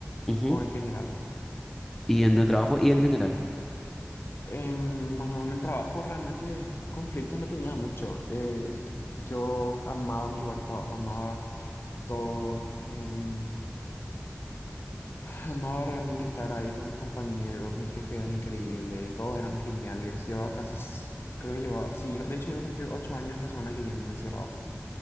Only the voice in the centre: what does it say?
Ujú.
Y en el trabajo y en general.
Ujú.